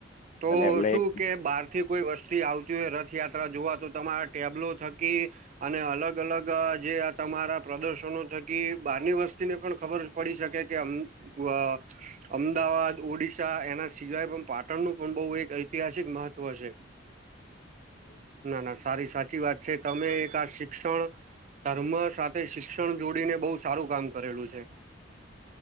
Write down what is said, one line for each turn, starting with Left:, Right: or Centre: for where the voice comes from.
Right: તો
Left: અને એમને
Right: શું
Left: એજ
Right: કે બહાર થી કોઈ વસ્તી આવતી. જો રથયાત્રા જોવા તો તમારા ટેબ્લો થકી અને અલગ. અલગ અલગ જે આ તમારા પ્રદર્શનો થકી બારની વસ્તુ વેકતી ને પણ ખબર પડી શકે કેમ અ હમ્મ. અમદાવાદ ઓડિશા એના સિવાય પણ પાટણનું પણ બહુ એક ઐતિહાસિક મહત્વ છે. ના ના સારી સાચી વાત છે તમે એક આ સી શિક્ષણ ધર્મ સાથે શિક્ષણ જોડીને બહુ સારું કામ કરેલું છે.